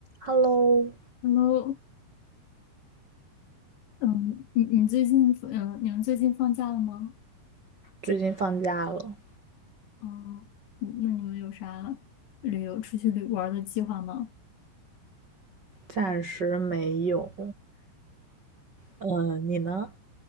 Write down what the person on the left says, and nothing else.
Hello，嗯，你你最近嗯，你们最近放假了吗？
哦嗯，那你们有啥旅游出去旅玩儿的计划吗？